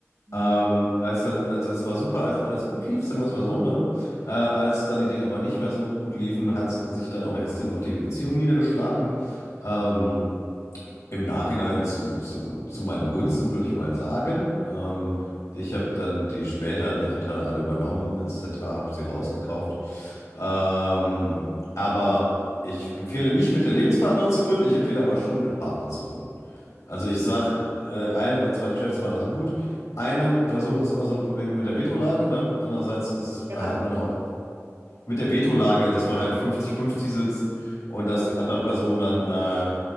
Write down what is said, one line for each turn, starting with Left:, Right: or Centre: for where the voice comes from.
Right: Ja.
Left: Ähm, als dann, also es war super, als alles gut lief, sagen wir es mal so, ne? Äh, als dann die Dinge aber nicht mehr so gut liefen, hat es sich dann auch extrem auf die Beziehung niedergeschlagen. Ähm, im Nachhinein zu, zu, zu meinen Gunsten, würde ich mal sagen. Ähm, ich habe dann die später die Anteile alle übernommen, etc., habe sie rausgekauft. Ähm, aber ich empfehle nicht mit der Lebenspartnerin zu gründen, ich empfehle aber schon mit Partnern zu gründen. Also ich sag, äh, ein oder zwei Geschäftspartner sind gut. Eine Person ist immer so ein Problem mit der Vetolage, ne? Andererseits ist es,
Right: Ja.
Left: hat
Right: was?
Left: man auch mit der Vetolage, dass man halt 50-50 sitzt und dass die andere Person dann äh,